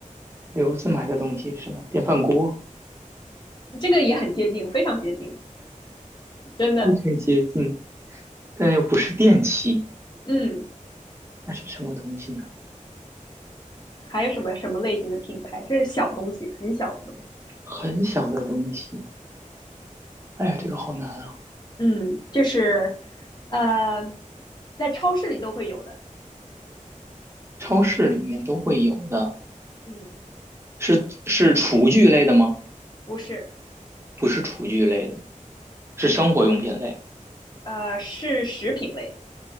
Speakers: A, on the right; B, on the left.
A: 刘子买的东西是什么？电饭锅，
B: 这个也很接近，非常接近，真的。
A: 非常接近，但又不是电器，
B: 嗯，
A: 那是什么东西呢？
B: 还有什么什么类型的品牌？这是小东西，很小的东西。
A: 很小的东西，哎呀，这个好难啊。
B: 嗯，就是呃，在超市里都会有的。
A: 超市里面都会有的，
B: 嗯，
A: 是是厨具类的吗？
B: 不是，
A: 不是厨具类的，是生活用品类、
B: 呃，是食品类的。